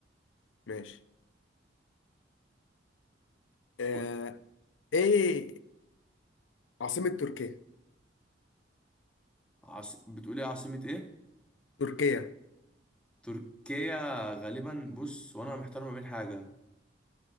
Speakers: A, on the left (about 85°); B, in the centre.
A: ماشي آه،
B: قول لي،
A: ايه عاصمة تركيا
B: عاص... بتقول ايه عاصمه ايه
A: تركيا
B: تركيا غالبا بص وانا محتار ما بين حاجه